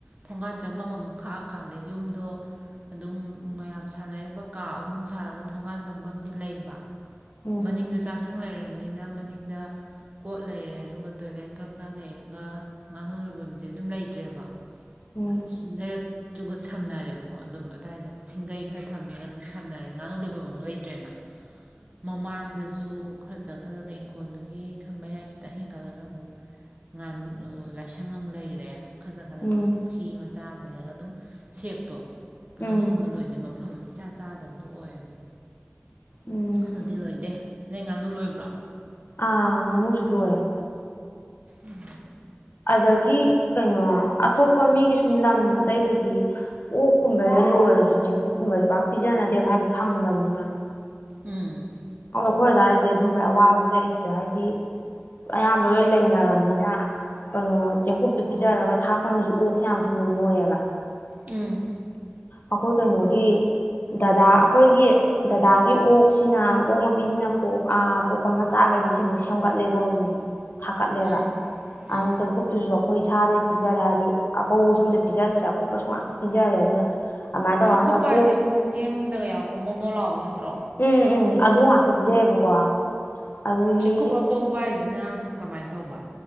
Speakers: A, on the right; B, on the left.
A: ꯊꯣꯡꯒꯥꯟ ꯆꯪꯐꯝ ꯑꯃꯃꯨ ꯈꯥꯛꯑꯀꯥꯟꯗ ꯌꯨꯝꯗꯣ ꯑꯗꯨꯝ ꯃꯌꯥꯝ ꯁꯥꯟꯅꯔꯤꯕ ꯀꯥ ꯑꯍꯨꯝ ꯁꯥꯔꯒ ꯊꯣꯡꯒꯥꯟ ꯆꯪꯐꯝ ꯑꯃꯗꯤꯗꯤ ꯂꯩꯕ
B: ꯎꯝ
A: ꯃꯅꯤꯡꯗ ꯆꯥꯛ ꯃꯊꯪ ꯂꯩꯔꯕꯅꯤꯅ ꯃꯅꯤꯡꯗ ꯀꯣꯠ ꯂꯩꯔꯦ ꯑꯗꯨꯒ ꯇꯣꯏꯂꯦꯠ ꯀ ꯀ ꯂꯩꯔꯒ ꯉꯥꯅꯨ ꯂꯣꯏꯐꯝꯁꯦ ꯑꯗꯨꯝ ꯂꯩꯇ꯭ꯔꯦꯕ
B: ꯎꯝ
A: <inaudible> ꯆꯨꯒꯠ ꯁꯝꯅꯔꯦꯕꯀꯣ ꯑꯗꯨꯝ ꯑꯗꯥꯏꯗꯣ ꯁꯤꯡꯒꯩ ꯈꯔ ꯊꯝꯃꯦꯒ ꯑꯗꯨꯝ ꯁꯝꯅꯔꯦ ꯉꯥꯅꯨ ꯂꯣꯏꯕ ꯃꯨꯛ ꯂꯩꯇ꯭ꯔꯦꯅ ꯃꯃꯥꯡꯗ ꯖꯨ ꯈꯔ ꯆꯠꯈꯠꯂꯒ ꯏꯪꯈꯣꯜꯗꯨꯒꯤ ꯈ ꯃꯌꯥꯏ ꯈꯤꯇꯪ ꯍꯦꯟꯒꯠꯂꯒ ꯑꯃꯨꯛ ꯉ ꯂꯥꯏꯁꯪ ꯑꯃꯨꯛ ꯂꯩꯔꯦ ꯈꯖꯛ ꯈꯂꯒ
B: ꯎꯝ ꯎꯝ
A: ꯄꯨ ꯍ ꯆꯥꯔ ꯂꯩꯔꯒ ꯁꯦꯛꯇꯣ
B: ꯎꯝ
A: ꯑꯗꯨꯒꯨꯝꯕ ꯂꯣꯏꯅꯦꯩ ꯃꯐꯝ ꯏꯆꯥ ꯆꯥꯗꯕꯗꯣ ꯑꯣꯏꯌꯦꯕ
B: ꯎꯝ
A: ꯑꯗꯨꯗꯤ ꯂꯣꯏꯗꯦ ꯅ ꯉꯥꯅꯨ ꯂꯣꯏꯕ꯭ꯔꯥ
B: ꯑꯥ ꯉꯅꯨꯖ ꯂꯨ
A: ꯎꯝ
B: ꯑꯗꯒꯤ ꯀꯩꯅꯣ ꯑꯇꯣꯞꯄ ꯃꯤꯒꯤ ꯁꯨꯝ ꯂꯝ ꯑꯇꯩꯗꯗꯤ ꯑꯣꯛꯀꯨꯝꯕꯁꯦ ꯂꯣꯏꯔꯁꯨ ꯆꯦꯡꯀꯨꯞꯀꯨꯝꯕꯁꯦ ꯄꯥꯛ ꯄꯤꯖꯅꯗꯦꯕ ꯍꯥꯏꯗꯤ ꯐꯪꯗꯕꯅꯤꯅ
A: ꯎꯝ
B: ꯅꯈꯣꯏ ꯑꯗꯨꯏꯔꯗꯤ ꯑꯗꯨꯝꯕꯩ ꯑꯋꯥꯕꯗꯤ ꯂꯩꯇ꯭ꯔꯦ ꯍꯥꯏꯗꯤ ꯑꯌꯥꯝꯕ ꯂꯣꯏ ꯂꯩꯅꯔꯕꯅꯤꯅ ꯀꯩꯅꯣ ꯆꯦꯡꯀꯨꯞꯇ ꯄꯤꯖꯔꯒ ꯊꯥꯛꯄꯅꯁꯨ ꯑꯣꯛꯁꯦ ꯌꯥꯝ ꯊꯨꯅ ꯅꯣꯏꯌꯦꯕ
A: ꯎꯝ
B: ꯑꯩꯈꯣꯏ ꯀꯩꯅꯣꯒꯤ ꯗꯗꯥ ꯑꯩꯈꯣꯏꯒꯤ ꯗꯗꯥꯒꯤ ꯑꯣꯛꯁꯤꯅ ꯑꯣꯣꯛ ꯃꯄꯤꯁꯤꯅ ꯄꯣꯛ ꯄꯣꯛꯄ ꯃꯆꯥꯈꯩꯁꯦ ꯁꯤꯃꯨꯛ ꯁꯦꯝꯒꯠꯂꯦꯕ ꯍꯧꯖꯤꯛꯁꯦ ꯊꯥꯀꯠꯂꯦꯕ
A: ꯎꯝ ꯎꯝ
B: ꯑꯗꯨꯅ ꯆꯪꯀꯨꯞꯇꯨꯁꯨ ꯑꯩꯈꯣꯏ ꯏꯁꯗꯩ ꯄꯤꯖꯔꯦ ꯍꯥꯏꯗꯤ ꯑꯄꯧꯕ ꯁꯣꯝꯗ ꯄꯤꯖꯗ꯭ꯔꯦ ꯑꯀꯨꯞꯄꯁꯨ ꯉꯥꯛꯇ ꯄꯤꯖꯔꯦ ꯑꯗꯨꯅ ꯑꯗꯨꯃꯥꯏꯅ ꯇꯧꯔꯒ
A: ꯑꯀꯨꯞꯄ
B: ꯍꯟꯗꯛ ꯑꯣꯛ
A: ꯍꯥꯏꯁꯦ ꯑꯩꯈꯣꯏꯅ ꯆꯦꯡꯗꯒ ꯌꯥꯎꯔꯛꯄ ꯃꯣꯃꯣ ꯂꯥꯎꯕꯗ ꯅꯠꯇ꯭ꯔꯣ
B: ꯎꯝ ꯎꯝ ꯎꯝ ꯑꯗꯨ ꯉꯥꯛꯇ ꯄꯤꯖꯩꯑꯕꯀꯣ ꯑꯗꯨꯗꯒꯤ
A: ꯆꯦꯡꯀꯨꯞ ꯑꯄꯧꯕ ꯍꯥꯏꯁꯤꯅ ꯀꯃꯥꯏꯅ ꯇꯧꯕ